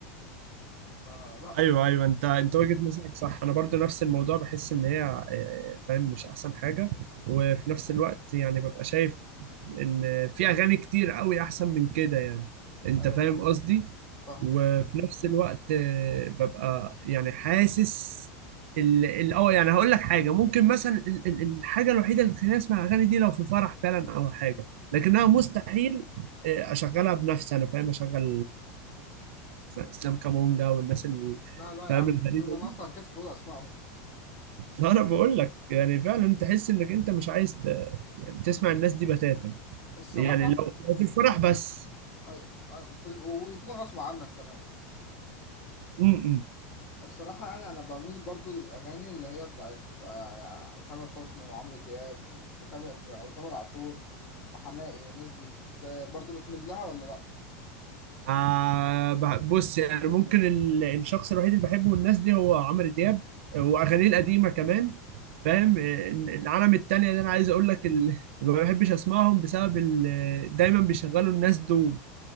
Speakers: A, on the left; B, on the right.
A: فلا
B: ايوه ايوه انت انت وجهة نظرك صح انا برضو نفس الموضوع بحس ان هي آه، فاهم مش احسن حاجه وفي نفس الوقت يعني ببقى شايف ان في اغاني كتير قوي احسن من كده يعني انت
A: ايوه
B: فاهم
A: فاهم
B: قصدي
A: فاهمك
B: وفي نفس الوقت آه، ببقى يعني حاسس ال ال- اه يعني هقول لك حاجه ممكن مثلا ال- ال- الحاجه الوحيده اللي تخليني اسمع الاغاني دي لو في فرح فعلا او حاجه لكنها مستحيل آه، اشغلها بنفسي انا فاهم اشغل اسلام كامونجا والناس اللي
A: لا لا يا
B: فاهم
A: عم مين
B: الغريبه
A: دول انا
B: دي
A: اصلا كاسف اقول اسمائهم
B: ما انا بقول لك يعني فعلا تحس انك انت مش عايز ت... يعني تسمع الناس دي بتاتا
A: الصراحه
B: يعني لو لو في الفرح بس
A: ايوه أيوة، في- ويكون غصب عنك كمان
B: امم
A: الصراحه يعني انا بميل برضو للاغاني اللي هي بتاعت آه، يعني تامر حسني وعمرو دياب وتامر وتامر عاشور وحماقي والناس دي انت برضو بتميل لها ولا
B: آه ب- بص يعني ممكن ال... الشخص الوحيد اللي بحبه من الناس دي هو عمرو دياب واغانيه القديمه كمان فاهم آه، العالم التانية اللي انا عايز اقول لك ال... <laughs> ما بحبش اسمعهم بسبب ال... دايما بيشغلوا الناس دول